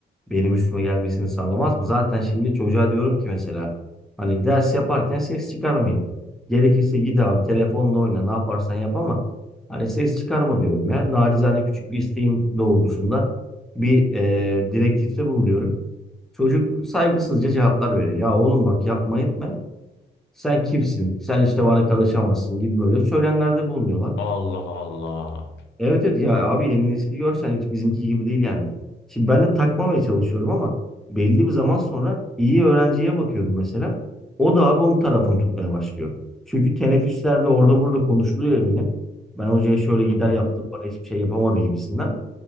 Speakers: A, in the centre; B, on the left.
A: benim üstüme gelmesini sağlamaz mı? Zaten şimdi çocuğa diyorum ki mesela hani ders yaparken ses çıkarmayın. Gerekirse git abi telefonla oyna ne yaparsan yap ama hani ses çıkarma diyorum ya. Narizane küçük bir isteğim doğrultusunda bir e, direktifte bulunuyorum. Çocuk saygısızca cevaplar veriyor. Ya oğlum bak yapma etme. Sen kimsin? Sen işte bana karışamazsın gibi böyle söylemlerde bulunuyorlar.
B: Allah Allah.
A: Evet evet ya abi yeni nesili görsen hiç bizimki gibi değil yani. Şimdi ben de takmamaya çalışıyorum ama belli bir zaman sonra iyi öğrenciye bakıyorum mesela. O da abi onun tarafını tutmaya başlıyor. Çünkü teneffüslerde orada burada konuşuluyor eminim. Ben hocaya şöyle gider
B: Hı?
A: yaptım bana hiçbir şey yapamadı gibisinden.